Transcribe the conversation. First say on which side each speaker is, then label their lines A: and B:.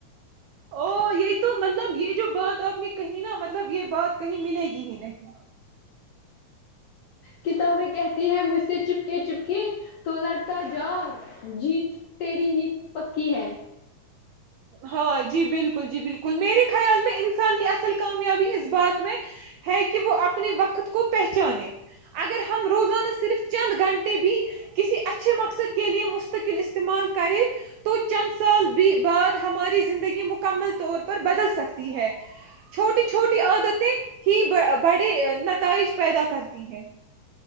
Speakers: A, on the right; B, on the left.
A: او یہ تو م مطلب یہ جو بات آپ نے کہی نا مطلب یہ بات کہیں ملے گی ہی نہیں
B: کتابیں کہتی ہیں مجھ سے چپکے چپکے تو لڑتا جار جیت تری ہی پکی ہے
A: ہاں جی بالکل جی بالکل میرے خیال میں انسان کی اصل کامیابی اس بات میں ہے کہ وہ اپنے وقت کو پہچانے اگر ہم روزانہ صرف چند گھنٹے بھی کسی اچھے مقصد کے لیے مستقل استعمال کریں تو چند سال بعد ہماری زندگی مکمل طور پر بدل سکتی ہے چھوٹی چھوٹی عادتیں ہی بڑے نتائج پیدا کرتی ہیں